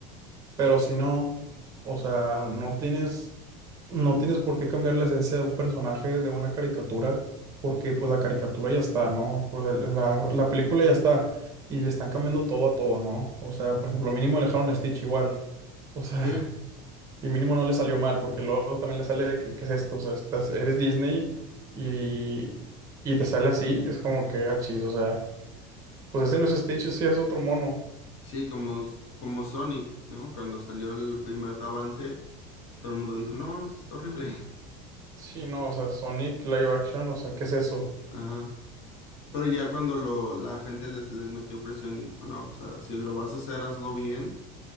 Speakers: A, on the right; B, on the left.
A: Pero si no, o sea, no tienes, no tienes por qué cambiar la esencia de un personaje de una caricatura, porque pues la caricatura ya está, ¿no? Pues, el- la, la película ya está y le están cambiando todo a todo, ¿no? O sea, por ejemplo, mínimo le dejaron a Stitch igual. O sea,
B: sí,
A: <laughs> y mínimo no le salió mal, porque luego también le sale de que, ¿qué es esto? O sea, estás, eres Disney y, y te sale así, es como que achis, o sea, pues ese no es Stitch, sí es otro mono.
B: sí, como, s- como Sonic, ¿no? Cuando salió el primer avance, todo el mundo dijo, no mames, está horrible.
A: Sí, no, o sea, Sonic Live Action, o sea, ¿qué es eso?
B: <laughs> Ajá. Pero ya cuando lo, la gente les, les metió presión y dijo, no, pues ah, si lo vas a hacer, hazlo bien